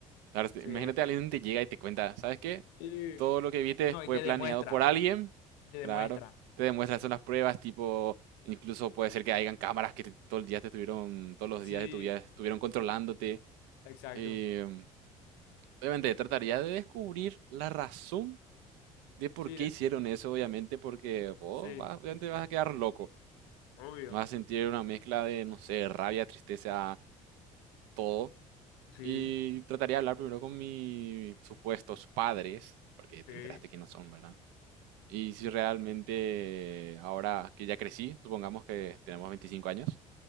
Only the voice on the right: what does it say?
La verdad,
Imagínate, alguien te llega y te cuenta, ¿sabes qué?
Todo lo que viste
fue
planeado
por alguien,
claro. Te demuestran, son las pruebas, tipo, incluso puede ser que hayan cámaras que te- todo el día te estuvieron, todos los
días de tu vida estuvieron controlándote.
em, obviamente, trataría de descubrir la razón de por
qué
hicieron eso, obviamente, porque vos
vas- obviamente vas a quedar loco.
no Vas a sentir una mezcla de, no sé, rabia, tristeza, todo.
Y trataría de hablar primero con mis supuestos padres, porque te
enteraste quiénes son, ¿verdad? Y si realmente, ahora que ya crecí, supongamos que tenemos 25 años,